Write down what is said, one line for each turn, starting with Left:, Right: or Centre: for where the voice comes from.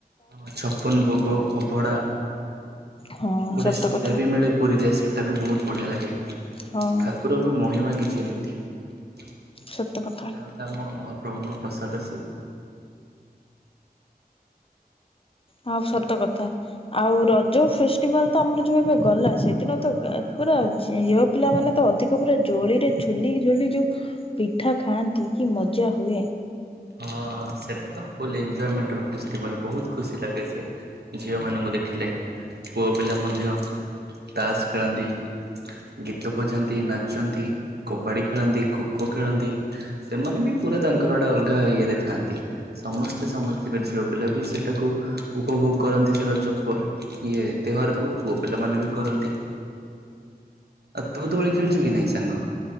Right: ଆମ ଛପନ୍ ଭୋଗ ଅଭଡ଼ା।
Left: ହଁ
Right: ଗୋଟେ
Left: ସତ
Right: ଶିରା
Left: କଥା
Right: ବି ମିଳେ ପୁରୀରେ ସେଟା ବି ବୋହୁତ ବଢ଼ିଆ ଲାଗେ।
Left: ହଁ
Right: ଠାକୁରଙ୍କ ମହିମା କିଛି ଏମିତି <unintelligible>
Left: ସତ କଥା।
Right: ଆମ ମହାପ୍ରଭୁଙ୍କ ପ୍ରସାଦ ସିଏ।
Left: ହଁ ସତ କଥା। ଆଉ ରଜ ଫେଷ୍ଟିଭାଲ ତ ଆମର ଯୋଉ ଏବେ ଗଲା ସେଦିନ ତ ଗା ପୁରା ଝିଅ ପିଲାମାନେ ତ ଅଧିକ ପୁରା ଜୋଳିରେ ଝୁଲିି ଝୁଲି ଯୋଉ ପିଠା ଖାଆନ୍ତି କି ମଜା ହୁଏ।
Right: ହଁ ସେଟା ତ ଫୁଲ୍ ଏନଜୟମେଣ୍ଟ ର ଫେଷ୍ଟିବାଲ୍ ବୋହୁତ ଖୁସି ଲାଗେ ସେ। ଝିଅ ମାନଙ୍କୁ ଦେଖିଲେ ପୁଅ ପିଲା ମଧ୍ୟ ତାସ୍ ଖେଳନ୍ତି। ଗୀତ ବଜାନ୍ତି, ନାଚନ୍ତି, କବାଡ଼ି ଖେଳନ୍ତି, ଖୋଖୋ ଖେଳନ୍ତି। ସେମାନେ ବି ପୁରା ତାଙ୍କର ଗୋଟେ ଅଲଗା ଇଏ ରେ ଥାଆନ୍ତି। ସମସ୍ତେ ସମସ୍ତିଙ୍କ ଝିଅ ପିଲା ବି ସେଟାକୁ ଉପଭୋଗ କରନ୍ତି। ସେ ରଜ ପରି। ଇଏ ଏତେ ଘରକୁ ପୁଅ ପିଲା ମାନେ ବି କରନ୍ତି। ଆଉ ତୁ ଦୋଳି ଖେଳିଚୁ କି ନାଇଁ ସାଙ୍ଗ?